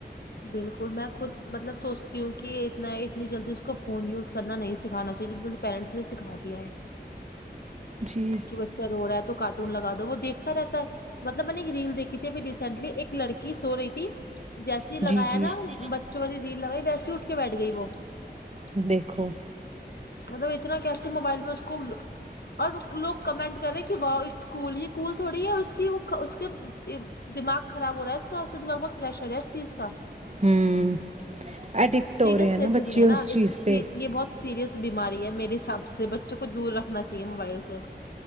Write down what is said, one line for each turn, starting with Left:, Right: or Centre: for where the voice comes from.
Left: بالکل میں خود مطلب سوچتی ہوں کہ اتنا اتنی جلدی اسس کو فون یوز کرنا نہیں سکھانا چاہیے جتنی جلدی پیرنٹس نے سکھا دیا ہے
Right: جی
Left: کہ بچہ رو رہا ہے تو کاٹ لگا دو وہ دیکھتا رہتا ہے مطلب میں نے ایک ریل دیکھی بھی ریسنٹلی ایک لڑکی کی سو رہی تھی
Right: جی
Left: لگایا
Right: جی
Left: نا
Right: جیسے
Left: بچوں والی ریل لگائی تو ایسی اٹھ کے بیٹھ گئی وہ
Right: وہ دیکھو
Left: مطلب اتنا کیا موبائل میں اس کو اور لوگ کمنٹ کریں کہ واؤ کول یہ کوول تھوڑی ہے اس کی کہ وہ اس کے دماغ خراب ہو رہا ہے دماغ بہت پریشر ہے اس چیز کا
Right: ہوں اڈکٹ
Left: سیریس
Right: ہو رہے ہیں
Left: لیتے
Right: نا بچے
Left: نہیں ہے نا
Right: اس
Left: یہ
Right: چیز پہ
Left: بہت سیریس بیماری ہے میرے حساب سے بچوں کو دور رکھنا چاہیے موبائل سے